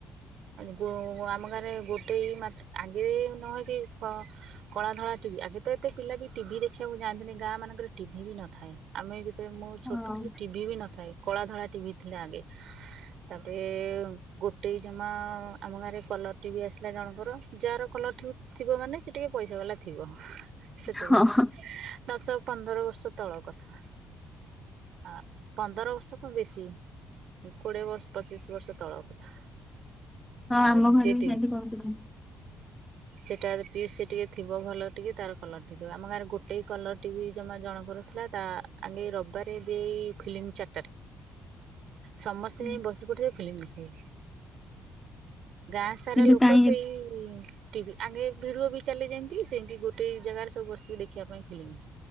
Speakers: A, on the right (about 65°); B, in the centre.
A: ଗୋ ଆମ ଗାଁରେ ଗୋଟେ ମାତ ଆଗେ ନହେ କି କଳା ଧଳା ଟିଭି ଆଗେ ତ ଏତେ ପିଲା ବି ଟିଭି ଦେଖିବାକୁ ଯାଆନ୍ତିନି ଗାଁ ମାନଙ୍କରେ ଟିଭି ବି ନଥାଏ ଆମେ ଯେତେବେ
B: ଆଉ।
A: ଛୋଟ ଥିଲୁ ଟିଭି ବି ନଥାଏ, କଳା ଧଳା ଟିଭି ଥିଲା ଆଗେ। ତାପରେ ଗୋଟେ ଜମା ଆମ ଗାଁରେ କଲର୍ ଟିଭି ଆସିଲା ଜଣଙ୍କର। ଯା ର କଲର୍ ଟିଭି ଥିବ ମାନେ ସେ ଟିକେ ପଇସା ବାଲା ଥିବ। ସେତେବେଳେ
B: ହଁ ହଁ
A: ଦଶ ପନ୍ଦର ବର୍ଷ ତଳ କଥା। ହଁ। ପନ୍ଦର ବର୍ଷ କଣ ବେଶୀ କୋଡ଼ିଏ ବର୍ଷ ପଚିଶ ବର୍ଷ ତଳର କଥା। ଆଉ
B: ଆମ ଘରେ
A: ସେଟି
B: ବି ସେମିତି କହୁଥିଲେ।
A: ସେଟା ସେ ଟିକେ ଥିବ ଭଲ ଟିକେ ତାର କଲର୍ ଟିଭି ଥିବ, ଆମ ଗାଁରେ ଗୋଟେ କଲର୍ ଟିଭି ଜମା ଜଣଙ୍କର ଥିଲା ତା ଆଗେ ରବି ବାରେ ଦିଏଇ ଫିଲ୍ମ ଚାରିଟାରେ ସମସ୍ତେ
B: ହୁଁ।
A: ଯାଇ ବସି ପଡ଼ିଥିବେ ଫିଲ୍ମ ଗାଁ ସାରା
B: କିନ୍ତୁ
A: ଲୋକ
B: କାଇଁ
A: ସେଇ
B: ଏବେ
A: ଟିଭି ଆଗେ ଭିଡୁଓ ବି ଚାଲେ ଯେନ୍ତି, ସେନ୍ତି ଗୋଟେ ଜାଗାରେ ସବୁ ବସିଥିବେ ଦେଖିବା ପାଇଁ ଫିଲିମ୍।